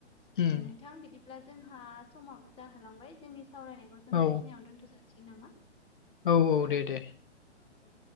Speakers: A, on the left; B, on the left.
A: उम
B: नोंथां बिदिब्ला जोंहा समाबो जाहोलांबाय जोंनि सावरायनायखौ जों
A: औ
B: बेखिनियावनो दोनथ' जासि सै नामा?
A: औ औ दे दे।
B: औ दे।